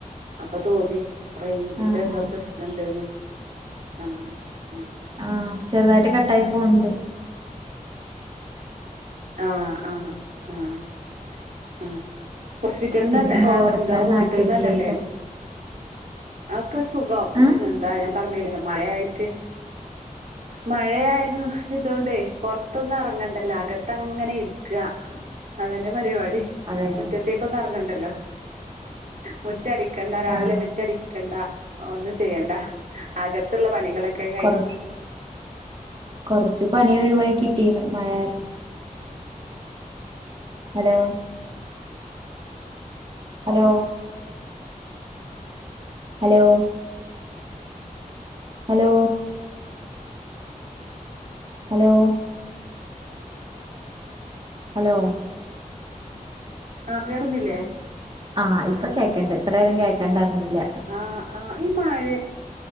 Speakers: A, on the right; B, on the right.
A: അപ്പൊ തോന്നി റേഞ്ചിന്റെ
B: ആഹ്
A: എന്തോ
B: ആഹ്
A: പ്രശ്ന്ണ്ട്ന്ന് ആഹ് അഹ്
B: ആഹ് ചെറുതായിട്ട് കട്ടായി പൊവ്ണ്ട്.
A: ആഹ് ആഹ് ആഹ് ആഹ് ഹോസ്പിറ്റൽന്നന്നെ
B: പിന്നെന്താ
A: ഓഹ്എന്താ
B: അവിടുത്തെ
A: ഓ
B: നാട്ടു
A: <inaudible> റ്റൽന്നന്നല്ലേ?
B: വിശേഷം
A: അക്കെ സുഖം ഉം
B: ആഹ്
A: എന്താ ഞാൻ പറഞ്ഞില്ലേ മയായിട്ട്, മഴയായകാ ഇതൊണ്ടേ പൊറത്തൊന്നും എറങ്ങണ്ടല്ലോ അകത്തങ്ങനെ ഇരിക്ക. അതന്നെപരിപാടി.
B: അതന്നെ
A: മുറ്റത്തേക്കൊന്നുഅർങ്ങണ്ടല്ലോ. മുറ്റടിക്കണ്ട രാവിലെ
B: ആഹ്
A: മുറ്റടി ക്കണ്ട ഒന്നും ചെയ്യണ്ട അകത്ത്ള്ള പണികളൊക്കെ കഴി
B: കൊറ കൊറച്ച് പണി ഒഴിവായി കിട്ടീന്ന് മഴ കാര്. Hello hello hello hello hello hello
A: ആഹ് കേറുന്നില്ലേ
B: ആഹ് ഇപ്പ കേക്കണ്ട് ഇത്രേ രം കേക്കണ്ടാർന്നില്ല
A: ആഹ് ആഹ് ഈ മഴേ